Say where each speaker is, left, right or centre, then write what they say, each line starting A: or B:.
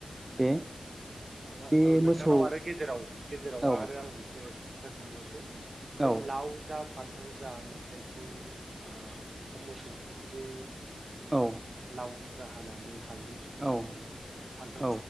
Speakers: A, on the right; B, on the right.
A: बे
B: औ औ औ
A: बे
B: औ नोंथांनाव
A: मोसौ
B: आरो गेजेराव गेजेराव
A: औ
B: आरो आं मोनसे सोंबावसै बे
A: औ
B: लावजा फान्थाव जा मेथाइखौ दा मोसौखौ जे
A: औ
B: लाव थुख्रा हानानै हालदै थुख्रा
A: औ
B: हानानै फान्थाव
A: औ